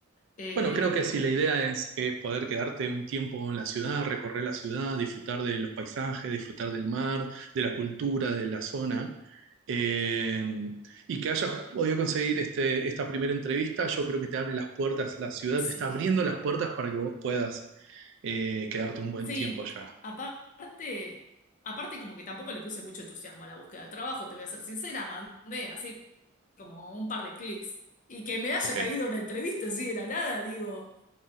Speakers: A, on the left; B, on the right.
A: Em,
B: Bueno, creo que si la idea es, es poder quedarte un tiempo en la ciudad, recorrer la ciudad, disfrutar de los paisajes, disfrutar del mar, de la cultura, de la zona, eh, y que hayas podido conseguir este, esta primera entrevista, yo creo que te abre las puertas, la ciudad
A: sí.
B: te está abriendo las puertas para que vos puedas eh, quedarte un buen
A: Sí,
B: tiempo allá.
A: aparte, aparte como que tampoco le puse mucho entusiasmo a la búsqueda de trabajo, te voy a ser sincera, mandé así como un par de clics. Y que me haya
B: Ok.
A: caído una entrevista así de la nada, digo,